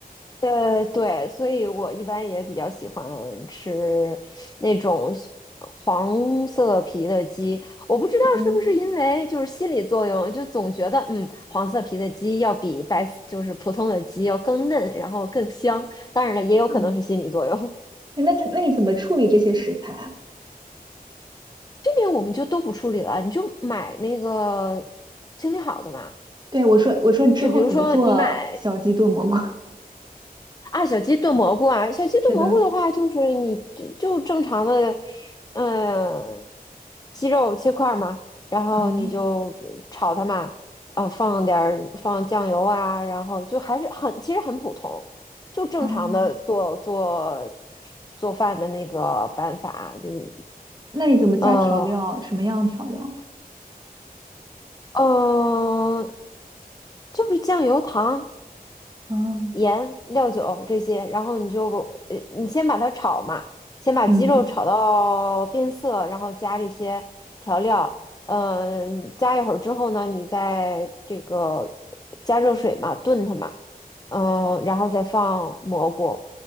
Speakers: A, on the left (about 25°); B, on the right (about 30°).
A: 呃，对，所以我一般也比较喜欢吃那种西黄色皮的鸡。我不知道是不是因为就是心理作用，
B: 嗯，
A: 就总觉得嗯，黄色皮的鸡要比白就是普通的鸡要更嫩，然后更香。当然了，也有可能是心理作用。
B: 嗯，诶那那你怎么处理这些食材啊？
A: 这边我们就都不处理了，你就买那个清理好的嘛。
B: 对，我说我说你之后怎么做小鸡炖蘑菇？
A: 就比如说你买
B: <laughs>
A: 啊小鸡炖蘑菇啊，小鸡炖蘑菇的话，
B: 是的，
A: 就是你就就正常的，嗯、鸡肉切块儿嘛，然后你就炒它嘛，
B: 嗯，
A: 啊，放点儿放酱油啊，然后就还是很其实很普通，就正常的做做
B: 哦。
A: 做饭的那个办法，就是。
B: 那你怎么加调料？
A: 嗯，
B: 什么样的调料？
A: 嗯，就是酱油糖。
B: 啊？
A: 盐、料酒这些，然后你就呃，你先把它炒嘛，先把鸡肉炒到变色，
B: 嗯，
A: 然后加这些调料，嗯、加一会儿之后呢，你再这个加热水嘛，炖它嘛，嗯、然后再放蘑菇，